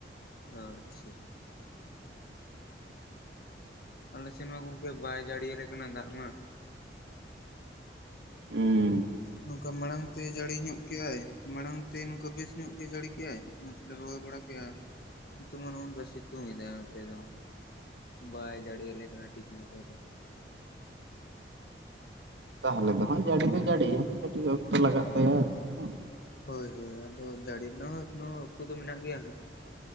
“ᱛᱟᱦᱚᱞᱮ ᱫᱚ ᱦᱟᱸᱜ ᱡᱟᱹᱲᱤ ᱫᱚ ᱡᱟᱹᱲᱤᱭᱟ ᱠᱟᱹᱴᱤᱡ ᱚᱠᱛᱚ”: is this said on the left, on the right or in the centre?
Right